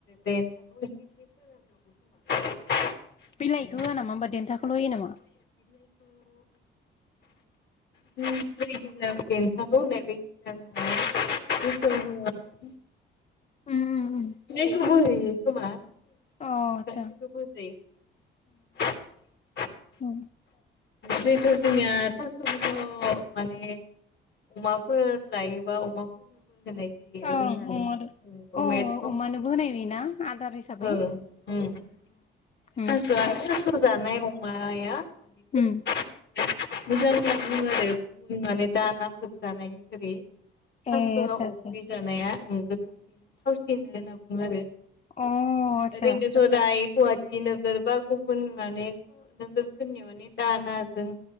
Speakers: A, on the left; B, on the left.
A: देन्थाखौ एसे एसे फोरान दबो खोमा
B: बिलाइखौ होआ नामा होमबा देन्थाखौल' होयो नामा?
A: <inaudible> उम <unintelligible> दि देथखौ होननाय बायदिसो आङ माने गोसोन बुङ आरो
B: उम उम उम
A: <unintelligible> न खमख मा <unintelligible>
B: अ आतसा
A: गासैखौ बोजाय <unintelligible>
B: औ
A: जिहुथु' जोंनिया थास' बिस' माने अमाफोर लायोबा अमाफोर होयो
B: ओं
A: रुनानै
B: अमादो
A: अमायाथ'
B: अ अमानोबो होनाय नुयोना आदार हिसाबै
A: ओं उम
B: उम
A: थ'आ थास' जानाय अमाया माने गोथाव
B: उम
A: <unintelligible> मोजां होना बुङो आरो गुबुन माने दानाफोर जानायनिख्रुइ
B: ए
A: <unintelligible>
B: आतसा
A: अफ्रि
B: आतसा
A: जानाया ओं गोथावसिन थावसिनो होनना बुङो आरो
B: अ आतसा
A: ओरैनोथ' दायो गुवाहाटि टि नोगोर बा गुबुन माने नोगोरफोरनि माने दानाजों